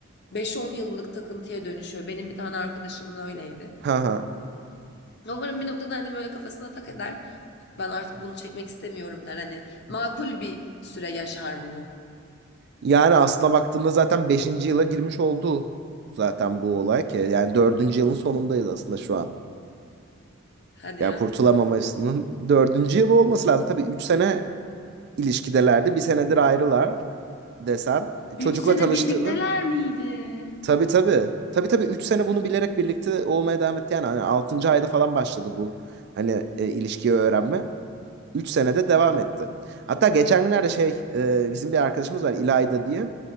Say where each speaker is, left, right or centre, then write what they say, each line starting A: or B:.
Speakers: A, on the left; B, on the right.
A: beş on yıllık takıntıya dönüşüyor. Benim bir tane arkadaşımın öyleydi.
B: Ha ha.
A: Umarım bir noktada hani böyle kafasına tak eder. Ben artık bunu çekmek istemiyorum der. Hani makul bir süre yaşar bunu.
B: Yani aslına baktığında zaten beşinci yıla girmiş oldu zaten bu olay ki. Yani dördüncü yılın sonundayız aslında şu an.
A: Hadi
B: Yani
A: ya.
B: kurtulamamasının dördüncü yılı olması lazım. Tabii 3 sene ilişkidelerdi. Bir senedir ayrılar desen. E, Çocukla
A: Üç sene
B: tanıştığını.
A: birlikteler miydi?
B: Tabii tabii. Tabii tabii 3 sene bunu bilerek birlikte olmaya devam etti. Yani hani 6. ayda falan başladı bu. Hani e, ilişkiyi öğrenme. 3 senede devam etti. Hatta geçen günlerde şey e, bizim bir arkadaşımız var İlayda diye.